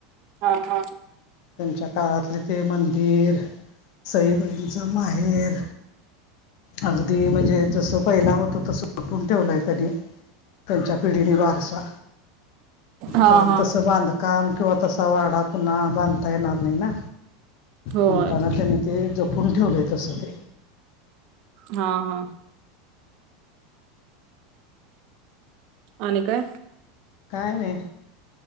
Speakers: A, on the right (about 55°); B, on the left (about 60°).
A: हा हा
B: त्यांंच्या काळातले ते मंदिर सईबाईलचा माहेर अगदी म्हणजे जसं पहिलं होतं तसं ठेवलंय त्यांनी त्यांच्या पिढीने वारसा
A: हां,
B: कारण
A: हां.
B: तसं बांधकाम किंवा तसा वाडा पुन्हा बांधता येणार नाही ना
A: होय.
B: म्हणताना त्यांनी ते जपून ठेवले येत असं ते
A: हा हा आणि काय?
B: काय नाही